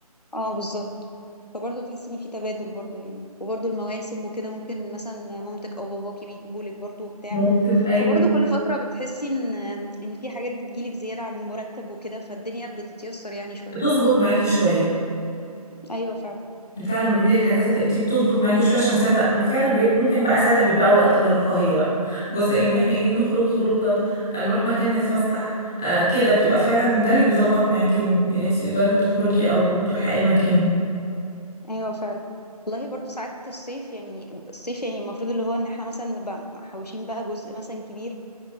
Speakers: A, on the left; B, in the centre.
A: اه بالظبط فبرضو تحسي إن في تبادل برضو يعني وبرضو المواسم وكده ممكن مثلا مامتك أو باباكي بيجيبولك برضو بتاع
B: موسم ايوه
A: فبرضه كل فترة بتحسي ان ان في حاجات بتجيلك زيادة عن المرتب وكده فالدنيا بتتيسر يعني شوية
B: بتظبط معاكي شويه
A: ايوه فعلا
B: فعلا لما بيجيلك حاجه زي كده دي بتظبط معاكي شويه عشان ساعتها فعلا بي... ممكن بقى ساعتها بيبقى وقت للرفاهيه بقى جزء ان احنا ايه نخرج خروجه آه، نروح مكان نتفسح آه كده بتبقى فعلا ده اللي بيظبط معاكي ان انت تقدري تخرجي او تروحي اي مكان
A: ايوه فعلا والله برضه ساعات الصيف يعني الصيف يعني المفروض اللي هو ان احنا مثلا نبقى محوشين بقى جزء مثلا كبير